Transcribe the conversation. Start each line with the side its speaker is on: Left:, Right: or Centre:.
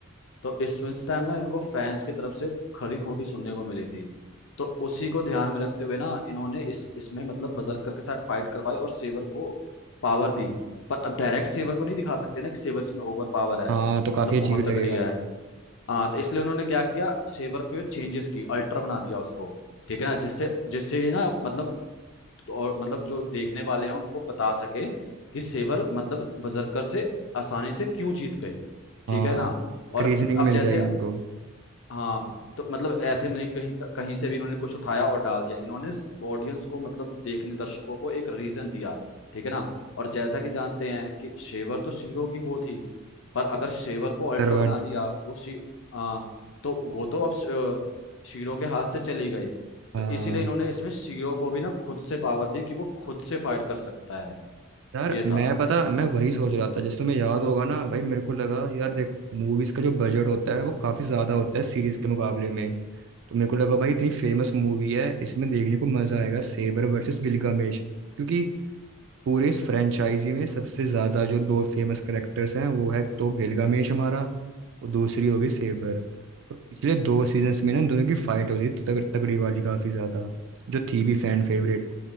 Left: तो इस इस टाइम ना इनको फैंस की तरफ से खरी खोटी सुनने को मिली थी तो उसी को ध्यान में रखते हुए ना इन्होंने इस इसमें मतलब बजरकर के साथ फाइट करवाई और सेवर को पावर दी पर अब डायरेक्ट सेवर को नहीं दिखा सकते ना कि सेवर इसमें ओवर पावर है
Right: हाँ तो काफी
Left: मतलब
Right: अजीब
Left: बहुत तगड़ी
Right: लगेगा
Left: है हाँ तो इसलिए उन्होंने क्या किया सेवर को चेंजेस की अल्ट्रा बना दिया उसको ठीक है ना जिससे जिससे ये ना मतलब तो और मतलब जो देखने वाले हैं उनको बता सके कि सेवर मतलब बजरकर से आसानी से क्यों जीत गई ठीक
Right: हाँ
Left: है ना
Right: एक
Left: और
Right: रीजनिंग
Left: अब जैसे
Right: मिल जाएगी उनको
Left: हाँ तो मतलब ऐसे में नहीं कहीं कहीं से भी इन्होंने कुछ उठाया और डाल दिया इन्होंने ऑडियंस को मतलब देखने दर्शकों को एक रीजन दिया ठीक है ना और जैसा कि जानते हैं कि शेवर तो शीरो की वो थी पर अगर शेवर को अल्टर
Right: सर्वेंट
Left: बना दिया वो शी आ, तो वो तो अब श- अ, शीरो के हाथ से चली गई
Right: हाँ
Left: तो इसीलिए इन्होंने इसमें शीरो को भी ना खुद से पावर दी कि वो खुद से फाइट कर सकता है
Right: यार
Left: ये
Right: मैं
Left: था
Right: पता मैं वही सोच रहा था जैसे तुम्हें याद होगा ना भाई मेरे को लगा यार देख मूवीज का जो बजट होता है वो काफी ज्यादा होता है सीरीज के मुकाबले में तो मेरे को लगा भाई इतनी फेमस मूवी है इसमें देखने को मजा आएगा सेबर वर्सेस गिलगामेश क्योंकि पूरे इस फ्रेंचाइजी में सबसे ज्यादा जो दो फेमस करेक्टर्स हैं वो है तो गिलगामेश हमारा और दूसरी होगी सेबर और पिछले दो सीजन्स में ना इन दोनों की फाइट होती थी तग, तगड़ी वाली काफी ज्यादा जो थी भी फैन फेवरेट